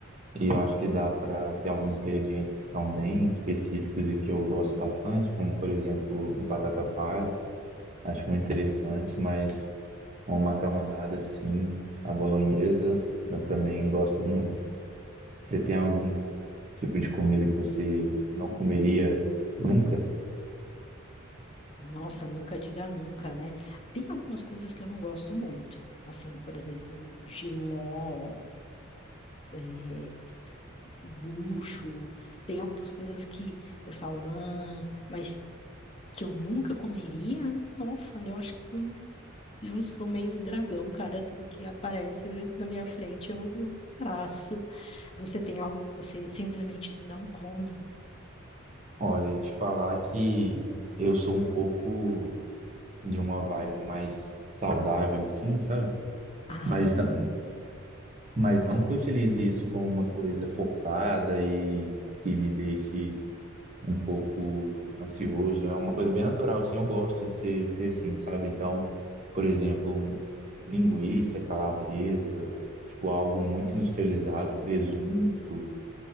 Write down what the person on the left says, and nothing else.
Nossa, nunca diga nunca, né? Tem algumas coisas que eu não gosto muito, assim, por exemplo, jiló, é, bucho, tem algumas coisas que eu falo, ah, mas que eu nunca comeria, nossa, eu acho que Eu sou meio dragão, cara. Tudo que aparece na minha frente eu eu traço. Você tem algo que você simplesmente não come?
Ah,